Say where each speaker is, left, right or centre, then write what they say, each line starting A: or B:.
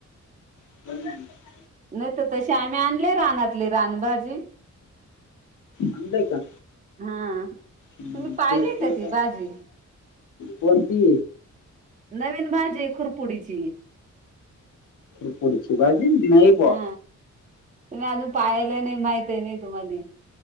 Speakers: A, on the left; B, on the right.
A: <inaudible>
B: नाही तर तसे आम्ही आणले रानातले रानभजी.
A: असय का.
B: हा....
A: हम्म,
B: तुम्ही पाहिले
A: तेच म्हटलं
B: का ती
A: काय
B: भाजी.
A: कोणती?
B: नवीन भाजी आहे खुरपुडीची.
A: खुरपुडीची भाजी. बुवा
B: हा तुम्ही अजून पाहिले नाही. माहितही नाही तुम्हाला.